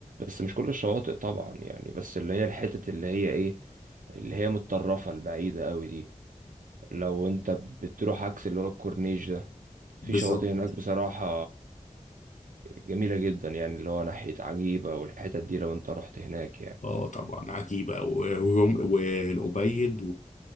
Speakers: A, on the right (about 80°); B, on the left (about 65°).
A: بس مش كل الشواطئ طبعا يعني بس اللي هي الحتت اللي هي ايه اللي هي متطرفه البعيده قوي دي لو انت بتروح عكس اللي هو الكورنيش ده في
B: بالظبط
A: شواطئ هناك بصراحه جميله جدا يعني اللي هو ناحيه عجيبه والحتت دي لو انت رحت هناك يعني
B: اه طبعا عجيبة و- وروم- والأبيض